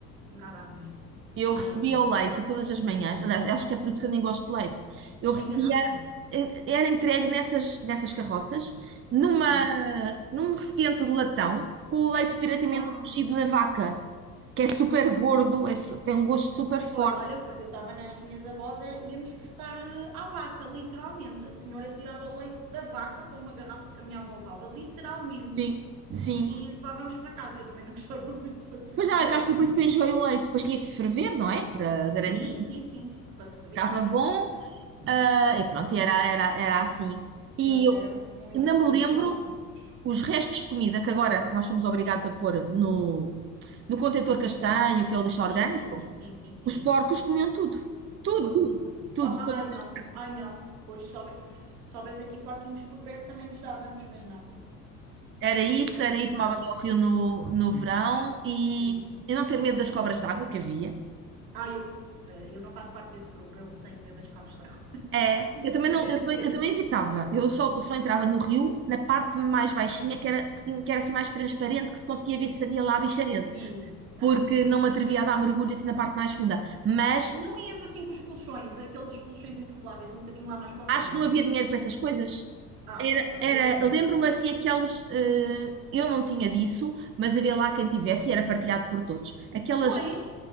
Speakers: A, on the right (about 60°); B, on the right (about 25°).
A: nada a ver,
B: Eu
A: nada
B: recebia
A: a ver.
B: o leite todas as manhãs, aliás, acho que é por isso que eu nem gosto de leite. Eu recebia,
A: Em garrafa?
B: era entregue nessas, nessas carroças, numa, num recipiente de latão, com o leite diretamente
A: Uau!
B: cozido da vaca, que é super gordo, é su- tem um gosto super forte.
A: Oi, Olha, quando eu estava nas minhas avós, é- íamos buscar eh, à vaca, literalmente. A senhora tirava o leite da vaca para uma garrafa que a minha avó levava, literalmente,
B: Sim, sim.
A: e levávamos para casa. Eu também não gostava <laughs> muito, vou ser
B: Mas
A: sincera.
B: não, é que acho que é por isso que eu enjoei o leite. Depois tinha que se ferver, não é? Para garantir
A: Sim, sim,
B: que
A: sim. Para se beber
B: ficava
A: tinha
B: bom.
A: que se beber,
B: Ah, e pronto, era, era, era assim. E
A: mas
B: eu
A: era muito
B: ainda me
A: fixe,
B: lembro
A: bons tempos.
B: os restos de comida que agora nós somos obrigados a pôr no, no contentor castanho, que é o lixo orgânico.
A: Sim, sim, sim, sim, sim, sim.
B: Os porcos comiam tudo. Tudo,
A: Pô, claro.
B: tudo.
A: Ah,
B: todas
A: ah, ai não,
B: as-
A: ai não. Hoje se houve- se houvesse aqui porquinhos por perto também nos dávamos, mas não.
B: Era isso, era ir tomar
A: Não,
B: banho ao rio no, no verão e
A: sim.
B: eu não ter medo das cobras d'água que havia.
A: Ah, eu, eh, eu não faço parte desse grupo, eu tenho medo das cobras d'água. <laughs>
B: É,
A: Sim,
B: eu também não,
A: desde
B: eu também,
A: pequena.
B: eu também evitava. Eu só, eu só entrava no rio na parte mais baixinha, que era, que tinha, que era assim mais transparente, que se conseguia ver se havia lá bicharedo,
A: Sim,
B: porque
A: ah, sim, sim,
B: não me
A: sim.
B: atrevia a dar mergulho assim na parte mais funda. Mas
A: E não ias assim com os colchões, aqueles colchões insufláveis, um bocadinho lá mais para
B: acho
A: o fundo?
B: que não havia dinheiro para essas coisas.
A: Ah,
B: Era,
A: pronto,
B: era,
A: eu tive,
B: lembro-me
A: eu tive.
B: assim aquelas, eh, eu não tinha disso, mas havia lá quem tivesse e era partilhado por todos. Aquelas,
A: Pois,